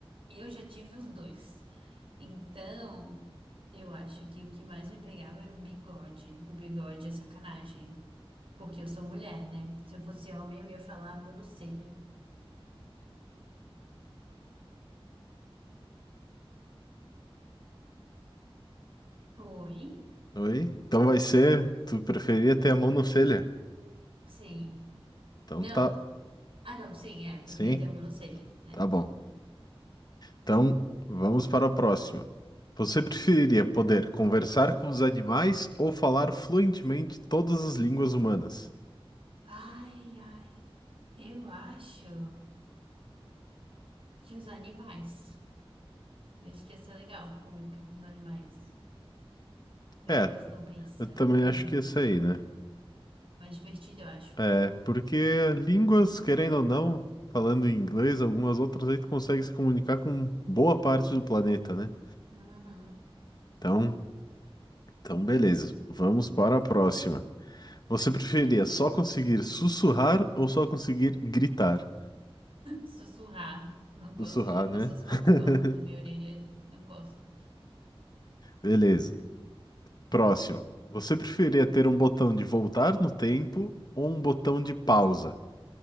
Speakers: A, on the right (about 65°); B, on the left (about 45°).
A: Eu já tive os dois. Então, eu acho que o que mais me pegava era o bigode. O bigode é sacanagem. Porque eu sou mulher, né? Se eu fosse homem, eu ia falar monocelha. Oi?
B: Oi? Então vai ser. Tu preferia ter a monocelha?
A: Sim.
B: Então
A: Não.
B: tá.
A: Ah, não, sim, é. Eu preferia
B: Sim,
A: ter um monocelha. É.
B: tá bom. Então vamos para a próxima. Você preferiria poder conversar com os animais ou falar fluentemente todas as línguas humanas?
A: Ai, ai. Eu acho que os animais. Eu acho que ia ser legal comunicar com os animais. Ver
B: É,
A: o que eles estão pensando.
B: eu também acho que esse aí, né?
A: Mais divertido, eu acho.
B: É, porque línguas, querendo ou não, falando em inglês, algumas outras aí tu consegue se comunicar com boa parte do planeta, né?
A: Uhum.
B: Então, então beleza. Vamos para a próxima. Você preferia só conseguir sussurrar ou só conseguir gritar?
A: Sussurrar. Não gosto
B: Sussurrar,
A: de pessoas
B: né?
A: falando
B: <laughs>
A: alto na minha orelha. Não gosto.
B: Beleza. Próximo. Você preferia ter um botão de voltar no tempo ou um botão de pausa?